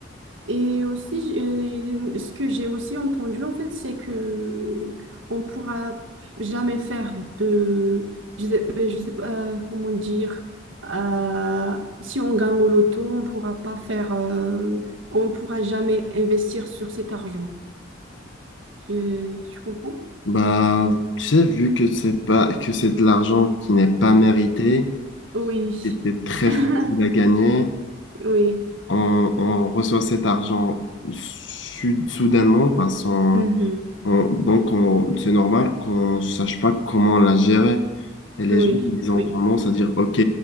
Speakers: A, on the right; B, on the left.
A: Et aussi, j- euh, ce que j'ai aussi entendu, en fait, c'est que on pourra jamais faire de, je sais, euh, je sais pas euh, comment dire, euh, si on gagne au loto, on pourra pas faire, euh, on pourra jamais investir sur cet argent. Tu, tu comprends?
B: Bah, tu sais, vu que c'est pas, que c'est de l'argent qui n'est pas mérité,
A: Oui.
B: qui était très
A: <laughs>
B: facile à gagner,
A: Oui.
B: on, on reçoit cet argent sud- soudainement, parce qu'on-
A: Mhm.
B: on- donc on- c'est normal qu'on sache pas comment la gérer. Et les
A: Oui.
B: gens, ils ont
A: Oui.
B: tendance à dire, OK,